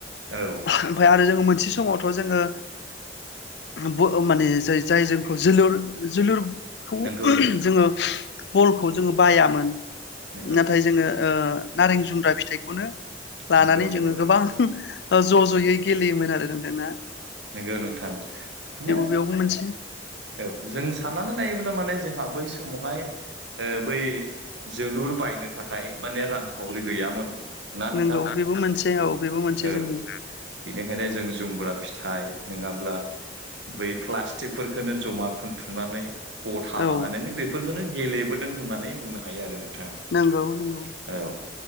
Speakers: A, on the right; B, on the left.
A: औ
B: ओमफ्राय आरो जोङो मोनसे समावथ' जोङो ब माने ज जाय जोंखौ जोलुर जोलुरखौ
A: नंगौ
B: जोङो बलखौ जोङो बायामोन
A: नंगौ
B: नाथाय जोङो ओ नारें जुमब्रा फिथाइखौनो लानानै
A: नंगौ नंगौ
B: जोङो गोबां ज' ज'यै गेलेयोमोन आरो नोंथांना।
A: नोंगौ नोंथां माने
B: बेयावबो मोनसे
A: औ जों साननानै नायोब्ला माने जोंहा बै समावहाय ओ बै जोलुर बायनो थाखाय माने रांखावरि गैयामोन। ना नोंथां
B: नंगौ बेबो मोनसे
A: माने
B: औ बेबो मोनसे
A: औ
B: जोंनि।
A: बेनिखायनो जों जुमबा फिथ फिथाइ नङाब्ला बै प्लास्टिकखोनो जमा खुथुमनानै गथाब
B: औ
A: बानायनानै बेफोरखौनो गेलेबोदों होननानै बुंनो हायो आरो नोंथां औ।
B: नंगौ नंगौ